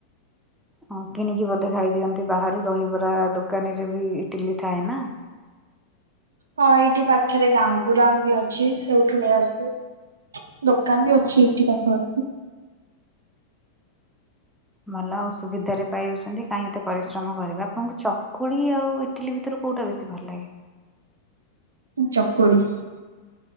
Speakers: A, in the centre; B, on the right.
A: ଓ କିଣିକି ବୋଧେ ଖାଇ ଦିଅନ୍ତି ବାହାରୁ ଦହିବରା ଦୋକାନୀରେ ବି ଇଟିଲି ଥାଏ ନା
B: ହଁ ଏଇଠି ପାଖରେ ଗାଙ୍ଗୁରାମ ବି ଅଛି ସେଉଠୁ ନେଇ ଆସୁ ଦୋକାନ ବି ଅଛି ଏଇଠି ପାଖ
A: ଭଲ ଆଉ ସୁବିଧାରେ ପାଇଯାଉଛନ୍ତି କାହିଁ ଏତେ ପରିଶ୍ରମ କରିବାେ ଆପଣଙ୍କୁ ଚକୁଳି ଆଉ ଇଟିଲି ଭିତରୁ କୋଉଟା ବେଶୀ ଭଲ ଲାଗେ
B: ଚକ୍କଡ଼ିୀ